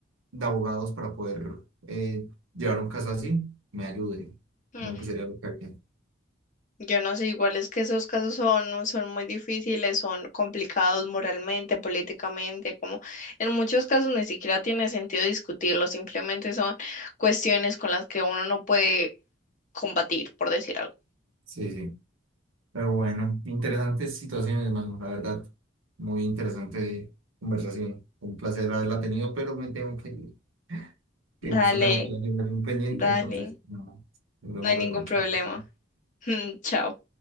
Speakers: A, on the right (about 80°); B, on the left (about 40°).
A: de abogados para poder eh, llevar un caso así, me ayude.
B: ujú.
A: Como que sería lo que haría.
B: Yo no sé, igual es que esos casos son, son muy difíciles, son complicados moralmente, políticamente, como en muchos casos ni siquiera tiene sentido discutirlo, simplemente son cuestiones con las que uno no puede combatir, por decir algo.
A: Sí, sí. Pero bueno, interesantes situaciones, mano, la verdad. Muy interesante conversación. Un placer haberla tenido, pero me tengo que, que
B: Dale,
A: justo tengo que ir a hacer un pendiente,
B: dale,
A: entonces, nada, nos vemos
B: no hay
A: luego.
B: ningún
A: chao,
B: problema.
A: chao.
B: <laughs> Chao.